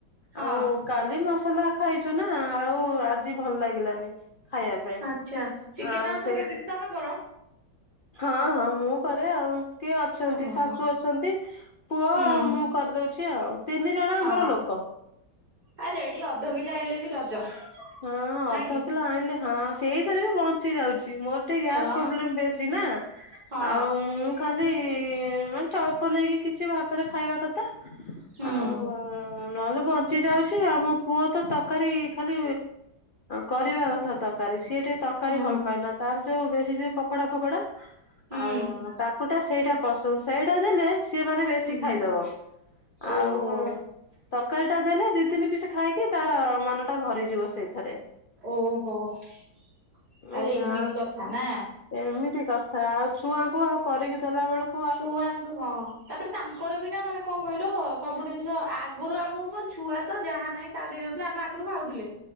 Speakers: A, on the right; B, on the left.
A: ହଁ
B: ଆଉ କାଲି ମସଲା ଖାଇଛୁ, ନା ଆଉ ଆଜି ଭଲ ଲାଗିଲାନି। ଖାଇବା ପାଇଁ
A: ଆଚ୍ଛା ଚିକେନ
B: ଆଉ
A: ଆଳୁ ତରକାରୀ
B: ସେଇ
A: ଦିଦି ତମେ କର
B: ହଁ ହଁ। ମୁଁ କରେ ଆଉ। କିଏ ଅଛନ୍ତି
A: ଓହୋ
B: ଶାଶୁ ଅଛନ୍ତି। ପୁଅ
A: ହୁଁ
B: ଆଉ ମୁଁ କରିଦଉଛି ଆଉ। ତିନିଜଣ
A: ହଁ
B: ଆମର ଲୋକ।
A: ଆ ରେଡି ଅଧ କିଲେ ଆଇଲେବି ରଜ।
B: ହଁ ଅଧ
A: ନାଇଁ କି
B: କିଲୋ ଆଣିଲେ, ହଁ ସେଇଥିରେବି ବଞ୍ଚି ଯାଉଛି ମୋର ଏତେ ଗ୍ୟାସ
A: ହଁ
B: ପ୍ରୋବ୍ଲେମ ବେଶୀନା
A: ହଁ
B: ଆଉ ମୁଁ ଖାଲି ମାନେ ଅଳ୍ପ ନେଇକି କିଛି ଭାତରେ ଖାଇବା କଥା।
A: ହୁଁ
B: ଆଉ ନହେଲେ ବଞ୍ଚି ଯାଉଛି ଆଉ ମୋ ପୁଅତ ତରକାରୀ ଖାଲି କରିବା କଥା ତା ତରକାରୀ ସିଏ ଟିକେ ତରକାରୀ
A: ହୁଁ
B: ଭଲପାଏନା। ତାର ଯୋଉ ବେଶୀ ଯୋଉ ପକଡା ଫକଡା
A: ହୁଁ
B: ଆଉ ତାକୁଟା ସେଇଟା ପସ- ସେଇଟା ଦେଲେ ସିଏ ମାନେ ବେଶୀ
A: ହୁଁ
B: ଖାଇଦବ।
A: ଓହୋ
B: ଆଉ ତରକାରୀ ଟା ଦେଲେ ଦି ତିନି ପିସ ଖାଇକି ତାର ମନ ଟା ଭରିଯିବ ସେଇଥିରେ।
A: ଓହୋ ତାହେଲେ
B: ଏଇଆ
A: ଏମିତି କଥା ନା।
B: ଏମିତି କଥା ଆଉ ଛୁଆଙ୍କୁ ଆଉ କରିକି ଦେଲା ବେଳୁକୁ
A: ଛୁଆଙ୍କୁ ହଁ। ତାପରେ ତାଙ୍କର ବି ନା ମାନେ କଣ କହିଲ ସବୁ ଜିନିଷ ଆଗୁରୁ ଆମୁକୁ କଣ ଛୁଆ ତ ଯାହା ନାହିଁ ତା ଦେଇଦଉଥିଲେ ଆମେ ଆଗରୁ ଖାଉଥିଲେ